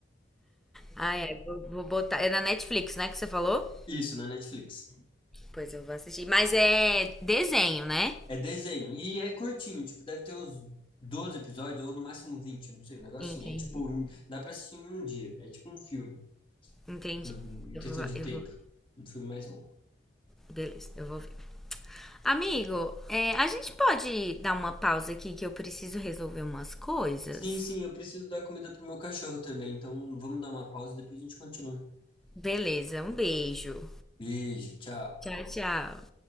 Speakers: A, in the centre; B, on the left.
A: Ah, é, vou, vou botar. É na Netflix, né, que você falou?
B: Isso, na Netflix.
A: Pois eu vou assistir. Mas é desenho, né?
B: É desenho. E é curtinho, tipo, deve ter uns 12 episódios, ou no máximo vinte eu não sei, um negocinho.
A: Entendi.
B: É tipo, em- dá pra assistir em um dia. É tipo um filme.
A: Entendi.
B: por em
A: Eu
B: questão
A: vou,
B: de
A: eu
B: tempo.
A: vou. ver.
B: Um filme mais longo.
A: Beleza, eu vou ver. Amigo, é, a gente pode dar uma pausa aqui que eu preciso resolver umas coisas?
B: Sim, sim, eu preciso dar comida pro meu cachorro também, então vamos dar uma pausa e depois a gente continua.
A: Beleza, um beijo.
B: Beijo, tchau.
A: Tchau, tchau.